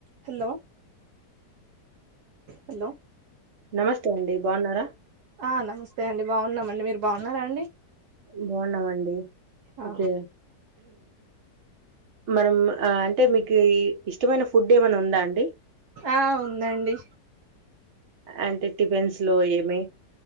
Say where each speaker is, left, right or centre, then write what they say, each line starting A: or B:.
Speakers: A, on the right (about 70°); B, on the right (about 50°).
A: హలో హలో
B: నమస్తే అండి బాగున్నారా
A: ఆ నమస్తే అండి బావున్నామండి మీరు బావున్నారా అండి
B: బావున్నామండి.
A: ఆ
B: ఓకే మనం అంటే మీకు ఇష్టమైన ఫుడ్ ఏమన్నా ఉందా అండి.
A: ఆ ఉందండి.
B: అంటే టిఫెన్స్ లో ఏమి